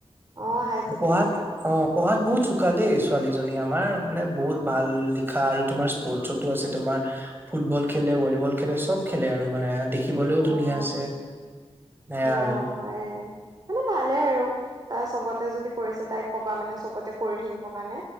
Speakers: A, on the right (about 35°); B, on the right (about 20°).
A: অ হাই ছেকেণ্ডৰী
B: পঢ়াত
A: দিব
B: অ'
A: ঠিক
B: পঢ়াত
A: আছে
B: বহুত ছো কা দেই ছোৱালীজনী আমাৰ মানে বহুত
A: অ
B: ভাল লিখা আৰু তোমাৰ স্পৰ্টছত তো আছে তোমাৰ ফুটবল খেলে, ভলীবল খেলে, চব খেলে আৰু মানে দেখি দেখিবলৈও
A: অ',
B: ধুনীয়া আছে, সেয়া
A: অ',
B: আৰু।
A: হয়ে মানে ভালে আৰু, তাই চবতে যদি কৰিছে যদি তাইক কবা মানে চবতে কৰি থাকিব কাৰণে।